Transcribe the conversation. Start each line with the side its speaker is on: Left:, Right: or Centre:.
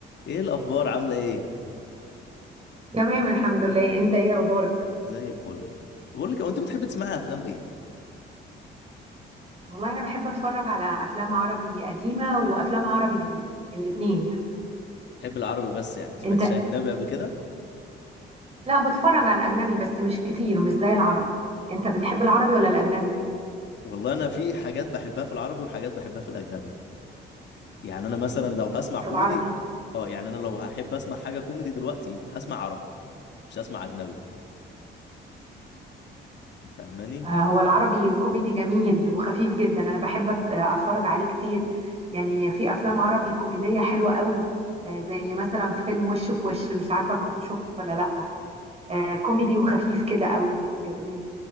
Left: ايه الاخبار عامله ايه
Right: تمام الحمد لله انت ايه اخبارك
Left: زي الفل بقول لك هو انت بتحب تسمعي افلام ايه
Right: والله انا بحب اتفرج على افلام عربي قديمه وافلام عربي جديده الاتنين يعني
Left: بتحب العربي بس يعني سمعتش
Right: انت
Left: اجنبي قبل كده
Right: لا بتفرج على الاجنبي بس مش كتير مش زي العربي يعني انت بتحب العربي ولا الاجنبي
Left: والله انا في حاجات بحبها في العربي وحاجات بحبها في الاجنبي يعني انا مثلا لو هسمع
Right: في
Left: كوميدي
Right: العربي زي.
Left: اه يعني انا لو هحب اسمع حاجه كوميدي دلوقتي هسمع عربي مش هسمع اجنبي فاهماني
Right: آه هو العربي كوميدي جميل وخفيف جدا انا بحب أت- اتفرج عليه كتير يعني في افلام عربي كوميديه حلوه قوي آه زي مثلا فيلم وش في وش مش عارفه كنت شفته ولا لا آه كوميدي وخفيف كده قوي جميل